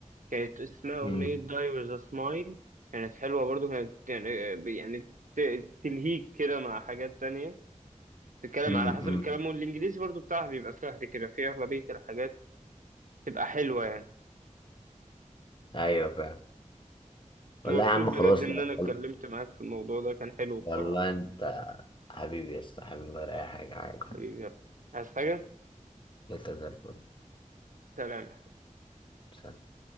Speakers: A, on the right; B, on the left.
A: كانت اسمها اغنية
B: امم
A: داي ويز ا سمايل كانت حلوة برضو كانت يعني آه، يعني ت- تلهيك كده مع حاجات تانية تتكلم
B: امم
A: على حسب
B: امم
A: الكلام والانجليزي برضو بتاعها بيبقى سهل كده في اغلبية الحاجات تبقى حلوة يعني
B: ايوه فاهم
A: كنت
B: والله
A: مبسوط
B: يا عم
A: بجد
B: خلاص
A: ان
B: لا
A: انا
B: خل...
A: اتكلمت معاك في الموضوع ده كان حلو بصراحة
B: والله انت حبيبي يا اسطى حبيبي ولا اي حاجه عادي
A: حبيبي يلا عايز حاجة
B: انت زي الفل
A: سلام
B: سلام.